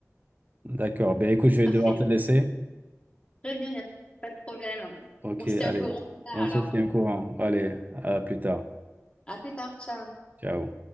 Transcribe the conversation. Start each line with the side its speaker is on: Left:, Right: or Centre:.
Right: D'accord. Ben, écoute, je vais
Left: Parfait.
Right: devoir te laisser.
Left: Très bien, il n'y a pas de problème.
Right: Ok,
Left: On se
Right: allez.
Left: tient au courant plus tard
Right: On
Left: alors.
Right: se tient au courant. Allez, à plus tard.
Left: À plus tard. Ciao.
Right: Ciao.